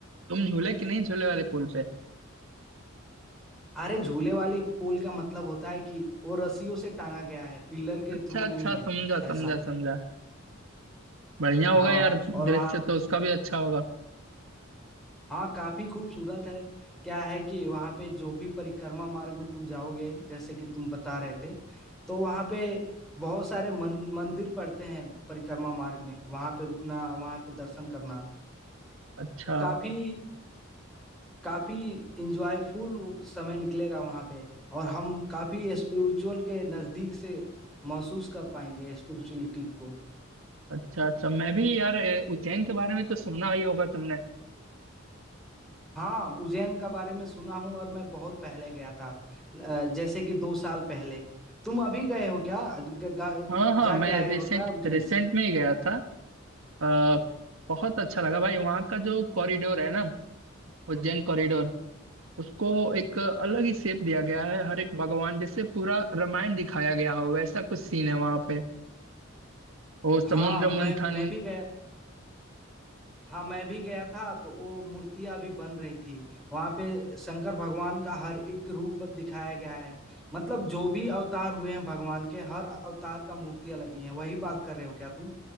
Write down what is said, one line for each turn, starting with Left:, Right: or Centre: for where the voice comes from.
Right: तुम झूले कि नहीं झूले वाले पुल पे
Centre: अरे झूले वाली पुल का मतलब होता है कि वो रस्सियों से टांगा गया है पिलर के
Right: अच्छा
Centre: थ्रू
Right: अच्छा
Centre: नहीं है
Right: समझा समझा
Centre: ऐसा
Right: समझा बढ़िया होगा
Centre: हाँ
Right: यार
Centre: और
Right: दृश्य
Centre: वहाँ
Right: तो उसका भी अच्छा होगा
Centre: हाँ काफी खूबसूरत है क्या है कि वहाँ पे जो भी परिक्रमा मार्ग में तुम जाओगे जैसे कि तुम बता रहे थे तो वहाँ पे बहुत सारे मन, मंदिर पड़ते हैं परिक्रमा मार्ग में वहाँ पे रुकना वहाँ पे दर्शन करना
Right: अच्छा
Centre: काफ़ी काफ़ी इंजॉयफुल वो समय निकलेगा वहाँ पे और हम काफ़ी स्पिरिचुअल के नज़दीक से महसूस कर पाएंगे स्पिरिचुअलिटी को
Right: अच्छा अच्छा मैं भी यार ए, उज्जैन के बारे में तो सुना ही होगा तुमने
Centre: हाँ उज्जैन का बारे में सुना हूँ और मैं बहुत पहले गया था अ, जैसे कि दो साल पहले तुम अभी गए हो क्या ग- गा-
Right: हाँ हाँ
Centre: जाके
Right: मैं
Centre: आए
Right: रिसेंट
Centre: हो क्या उज्जैन
Right: रिसेंट
Centre: से
Right: में ही गया था आ, बहुत अच्छा लगा भाई वहाँ का जो कॉरिडोर है ना उज्जैन कॉरिडोर उसको एक अलग ही शेप दिया गया है हर एक भगवान जैसे पूरा रामायण दिखाया गया हो वैसा कुछ सीन है वहाँ पे वो समुद्र
Centre: हाँ मैं
Right: मंथन
Centre: मैं भी गया हाँ मैं भी गया था तो वो मूर्तियां भी बन रही थी वहां पे शंकर भगवान का हर एक रूप दिखाया गया है मतलब जो भी अवतार हुए हैं भगवान के हर अवतार का मूर्तियां लगी हैं वही बात कर रहे हो क्या तुम